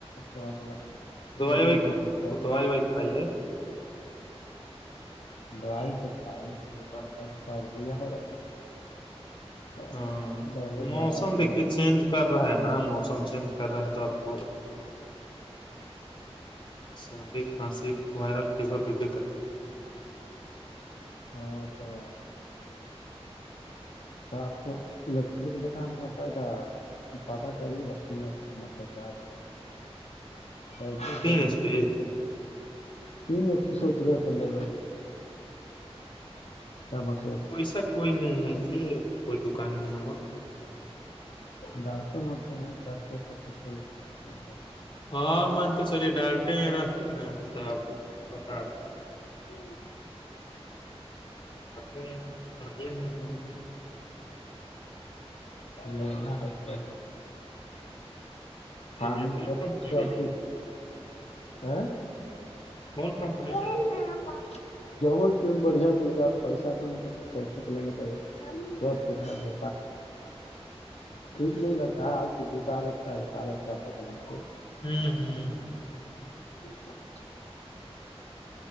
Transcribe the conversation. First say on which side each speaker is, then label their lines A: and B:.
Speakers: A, on the left; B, on the left.
A: تھوڑا تھوڑا
B: دوائی
A: شریر
B: وائی
A: پہ ہیٹر
B: تو دوائی وائی کھائیے
A: دوائی تو کھائے ہیں
B: دوا
A: اب سرد ہو جاتا ہے نا تو
B: ہاں
A: دوائییا کھانے
B: موسم
A: کے بعد بڑی
B: دیکھیے
A: سردی
B: چینج
A: دکھتا
B: کر رہا ہے نا موسم چینج کر رہا ہے تو آپ کو سردی ہانسی وائرل فیور ہو بھی کر
A: ہاں تو بات س آپ کو الیکٹرک دکان میں گا پاتا چی ر ت میں موٹر گاز س تو
B: تین
A: سرے
B: ایچ پی
A: تین سوچ رہ تھلے سامس ب
B: پیسا کوئی نہیں ہے یہ ہے کوئی دکان میں ہما
A: ڈالتے بولتے گ راستے سے تو کوئی نہیں
B: ہاں مان کے چلیے ڈالتے ہیں رہتے نا توپ بتا <unintelligible>
A: ہوں
B: س
A: لنا ہے ہے پانی
B: لیجیے کون
A: سب
B: کمپنی
A: سب
B: لیجیے
A: کھ ا
B: کون کمپنی
A: کہنا
B: لینا ہے
A: پاپا جمن کی بڑھیا مل جائے پیسہ تو نہیں ہے لیکن کیسے تو لینا پڑے گا س کے دھان دو ٹھیک نہیں لگتا ہے آ کے جوتا لگتا ہے روپ لگتا ہے بگل میں سے
B: ہوں ہ
A: <inaudible>